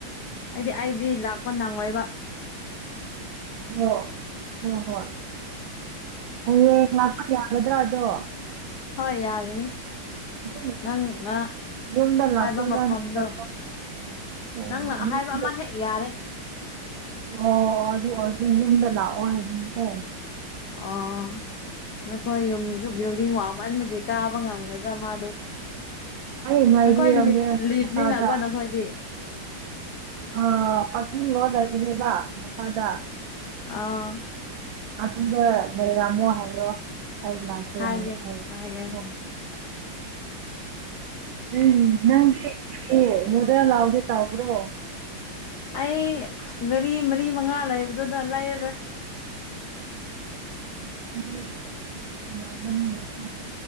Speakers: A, on the left; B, on the right.
A: ꯑꯩꯗꯤ ꯑꯩꯗꯤ ꯂꯥꯛꯄ ꯅꯪꯉꯣꯏꯕ
B: ꯍꯣ ꯍꯣ ꯍꯣꯏ ꯍꯌꯦꯡ ꯂꯥꯛꯄ ꯌꯥꯒꯗ꯭ꯔꯥ ꯑꯗꯣ
A: ꯍꯣꯏ ꯌꯥꯒꯅꯤ
B: ꯑꯗꯨꯝ
A: ꯅꯪ ꯉ
B: ꯌꯨꯝꯗ ꯂꯥꯛꯇꯣꯏꯔꯥ
A: ꯍꯥꯏꯕ ꯃꯐꯝꯗꯣ
B: ꯅꯠꯇ꯭ꯔꯒ ꯑꯣ
A: ꯅꯪꯅ
B: ꯍꯣꯏ
A: ꯑꯍꯥꯏꯕ
B: ꯌꯨꯝꯗ
A: ꯑꯃ ꯍꯦꯛ ꯌꯥꯔꯦ
B: ꯑꯣ ꯑꯗꯨ ꯑꯣꯏꯗꯤ ꯌꯨꯝꯗ ꯂꯥꯛꯑꯣ ꯍꯥꯏꯗꯅꯀꯣ
A: ꯑꯥ ꯅꯈꯣꯏ ꯌꯨꯝꯁꯨ ꯕꯤꯜꯗꯤꯡ ꯋꯥꯡꯃꯟꯕꯒꯤ ꯀꯥꯕ ꯉꯝꯒꯗ꯭ꯔꯥ ꯃꯥꯗ
B: ꯑꯩ ꯉꯥꯏꯕꯤꯔꯝꯒꯦ
A: ꯅꯈꯣꯏ ꯂꯤ ꯂꯤꯞꯅꯤꯅꯀꯣ
B: ꯃꯈꯥꯗ
A: ꯅꯈꯣꯏꯗꯤ
B: ꯑ ꯄꯥꯔꯀꯤꯡ ꯔꯣꯗ ꯂꯩꯕꯅꯦꯕ ꯃꯈꯥꯗ
A: ꯑꯥ
B: ꯑꯗꯨꯗ ꯂꯩꯔꯝꯃꯣ ꯍꯥꯏꯔꯣ ꯑꯩ ꯂꯥꯛꯀꯦ
A: ꯍꯥꯏꯒꯦ
B: ꯍꯥꯏ ꯍꯥꯏ
A: ꯍꯥꯏꯒꯦ ꯍꯥꯏꯒꯦ
B: ꯑꯣ ꯎꯝ ꯅꯪꯗꯤ ꯀꯩ ꯃꯣꯗꯦꯜ ꯂꯧꯒꯦ ꯇꯧꯕ꯭ꯔꯣ
A: ꯑꯩ ꯒꯥꯔꯤ ꯃꯔꯤ ꯃꯉꯥ ꯂꯩꯕꯗꯨꯗ ꯂꯩꯔꯔꯣꯏ
B: ꯑꯩꯗꯤ ꯂꯥꯞꯄꯅꯤꯅ ꯀꯣ